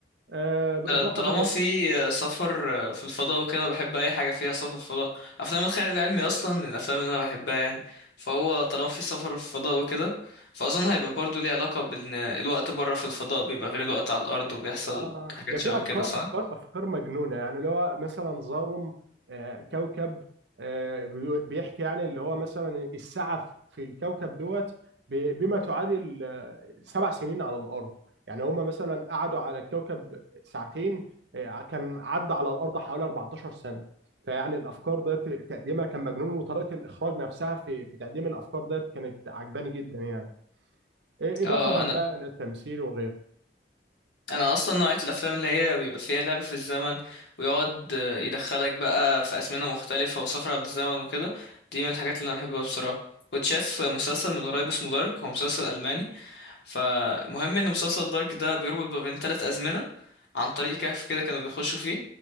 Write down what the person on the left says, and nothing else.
آه، طالما في آه، سفر آه، في الفضاء وكده بحب اي حاجه فيها سفر في الفضاء افلام الخيال العلمي اصلا من الافلام اللي انا بحبها يعني فهو طالما في سفر في الفضاء وكده فاظن هيبقى برضو ليه علاقه بان الوقت بره في الفضاء بيبقى غير الوقت على الارض وبيحصل
حاجات
شبه
كده صح
اه آه، انا
انا اصلا نوعيه الافلام اللي هي بيبقى فيها لعب في الزمن ويقعد آه، يدخلك بقى في ازمنه مختلفه وسفر عبر الزمن وكده دي من الحاجات اللي انا بحبها بصراحه وتشاف مسلسل من قريب اسمه دارك هو مسلسل الماني فمهم ان مسلسل دارك ده بيربط ما بين ثلاث ازمنه عن طريق كهف كده كانوا بيخشوا فيه